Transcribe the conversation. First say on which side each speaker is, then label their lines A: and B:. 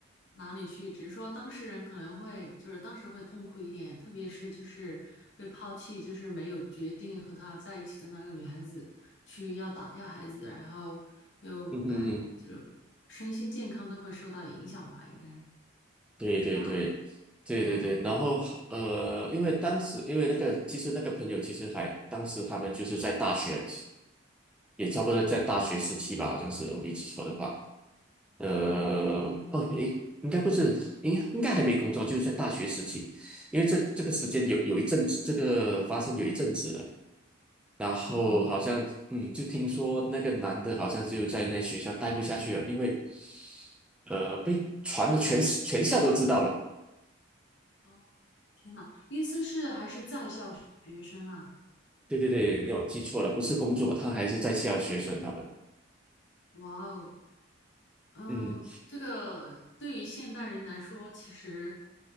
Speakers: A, on the left (about 60°); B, in the centre.
A: 哪里去，只是说当事人可能会就是当时会痛苦一点，特别是就是被抛弃，就是没有决定和他在一起的那个女孩子去要打掉孩子，然后又唉，
B: 嗯嗯嗯，
A: 就身心健康都会受到影响吧，应该
B: 对对对对对对。
A: 是吧？哦
B: 然后呃，因为当时因为那个其实那个朋友其实还当时他们就是在大学，也差不多在大学时期吧，好像是我没记错的话。呃，
A: 哦
B: 哦，诶，应该不是，应应该还没工作，就是在大学时期，因为这这个时间有有一阵子，这个发生有一阵子了，然后好像嗯，
A: 哦
B: 就听说那个男的好像就在那学校待不下去了，因为呃被传的全全校都知道了，
A: 哦，意思是还是在校学生啊？
B: 对对对，没有记错了，不是工作，他还是在校学生他们，
A: 哇哦！嗯，
B: 嗯。
A: 这个对于现代人来说，其实